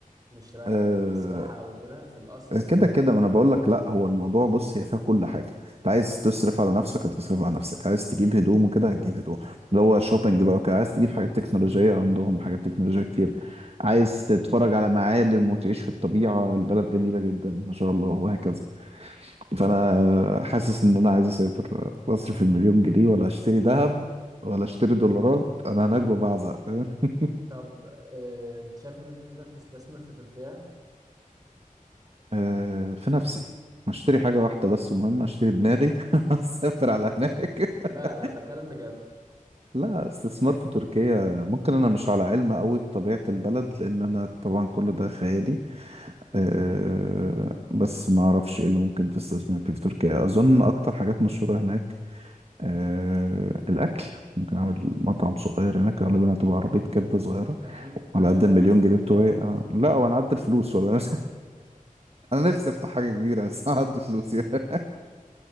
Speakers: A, on the right; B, on the right.
A: مش رايح
B: آه،
A: يعني كسياحة او كده في الاصل يعني
B: كده كده ما انا بقول لك لا هو الموضوع بص هي فيها كل حاجه انت عايز تصرف على نفسك هتصرف على نفسك عايز تجيب هدوم وكده هتجيب هدوم اللي هو شوبينج بقى وكده عايز تجيب حاجات تكنولوجيه عندهم حاجات تكنولوجيه كتير عايز تتفرج على معالم وتعيش في الطبيعه البلد جميله جدا ما شاء الله وهكذا فانا حاسس ان انا عايز اسافر اصرف المليون جنيه ولا اشتري ذهب ولا اشتري دولارات انا هناك ببعزق فاهم <laughs>
A: طب اه انت شايف ان انت تقدر تستثمر في تركيا
B: آه، في نفسي اشتري حاجة واحدة بس مهمة اشتري دماغي <laughs> اسافر على هناك
A: لا
B: <laughs>
A: لا بكلم بجد
B: لا استثمار في تركيا ممكن انا مش على علم قوي بطبيعة البلد لان انا طبعا كل ده خيالي أه بس ما اعرفش ايه اللي ممكن تستثمر فيه في تركيا اظن اكتر حاجات مشهورة هناك آه الأكل ممكن أعمل مطعم صغير هناك غالبا هتبقى عربية كبدة صغيرة
A: اكيد كشري
B: على قد المليون
A: او كده
B: جنيه بتوعي
A: اه
B: آه لا وأنا قد الفلوس ولا <laughs> أنا أنا نفسي أفتح حاجة كبيرة بس أنا قد فلوس يعني